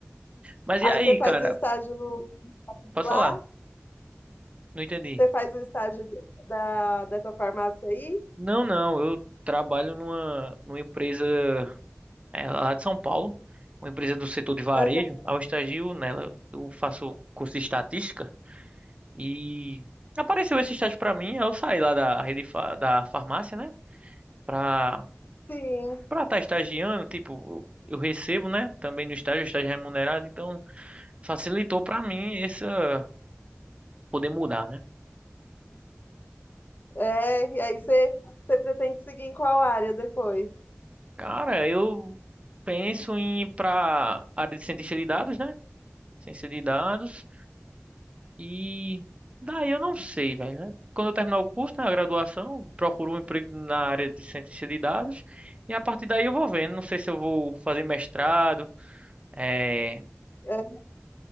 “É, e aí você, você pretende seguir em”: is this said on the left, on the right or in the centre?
Left